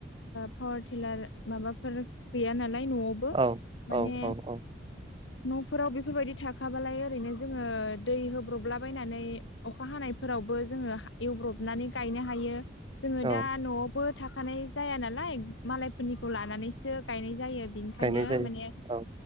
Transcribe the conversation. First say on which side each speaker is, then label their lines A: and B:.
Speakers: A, on the left (about 75°); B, on the right (about 25°).
A: पावार टिलार माबाफोर गैया नालाय नआवबो
B: औ
A: माने
B: औ औ
A: न फोराव बेफोरबायदि थाखाबालाय ओरैनो जोङो दै होब्रबलाबायनानै अखा हानायफोरावबो जोङो एवब्रबनानै गायनो हायो जोङो
B: औ
A: दा नआवबो थाखानाय जाया नालाय मालायफोरनिखौ लानानैसो गायनाय जायो बिनिखायनो
B: गायनाय जायो
A: माने
B: औ